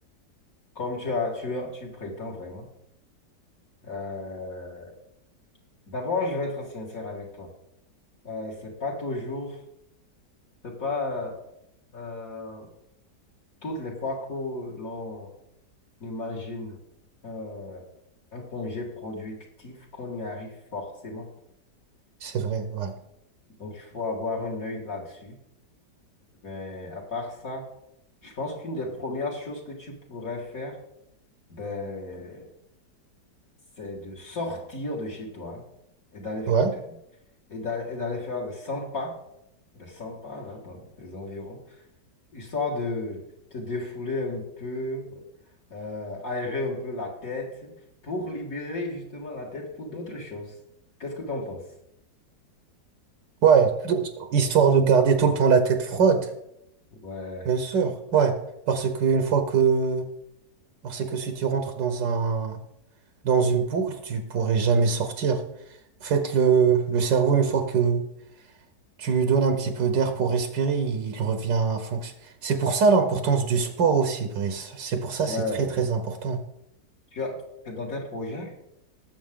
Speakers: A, on the left (about 50°); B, on the right (about 80°).
A: comme tu as, tu as- tu prétends vraiment. Euh, d'abord, je vais être sincère avec toi. Euh, c'est pas toujours, c'est pas euh, toutes les fois que l'on imagine euh, un congé productif qu'on y arrive forcément.
B: C'est vrai, ouais.
A: Donc, il faut avoir un œil là-dessus. Mais à part ça, Je pense qu'une des premières choses que tu pourrais faire, ben, c'est de sortir de chez toi et d'aller faire,
B: Ouais.
A: que- et d'a- et d'aller faire des cent pas, des 100 pas là, dans les environs, histoire de te défouler un peu, euh, aérer un peu la tête pour libérer justement la tête pour d'autres choses. Qu'est-ce que tu en penses?
B: Ouais. donc, histoire de garder tout le temps la tête froide,
A: Ouais,
B: bien sûr. Ouais. Parce que une fois que, parce que si tu rentres dans un, dans une boucle, tu pourrais jamais sortir. En fait, le, le cerveau, une fois que tu lui donnes un petit peu d'air pour respirer, il revient à fonction. C'est pour ça l'importance du sport aussi, Brice. C'est pour ça,
A: ouais.
B: c'est très, très important.
A: Tu as- c'est dans tes projets